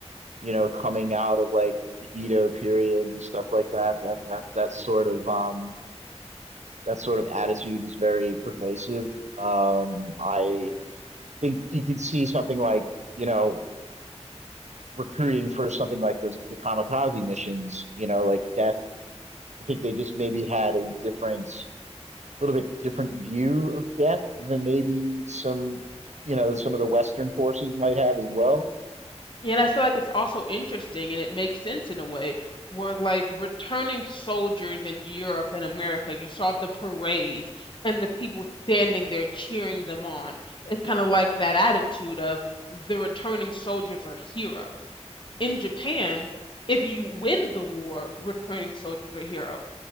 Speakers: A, on the right (about 80°); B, on the left (about 45°).
A: you know, coming out of like the Edo period and stuff like that, that that that sort of um that sort of attitude is very pervasive. Um, I think you could see something like, you know, recruiting for something like those the kamikaze missions, you know, like death. I think they just maybe had a different little bit different view of death than maybe some, you know, some of the Western forces might have as well.
B: And I feel like it's also interesting and it makes sense in a way where, like, returning soldiers in Europe and America, you saw the parade and the people standing there cheering them on. It's kind of like that attitude of the returning soldiers are heroes. In Japan, if you win the war, returning soldiers are hero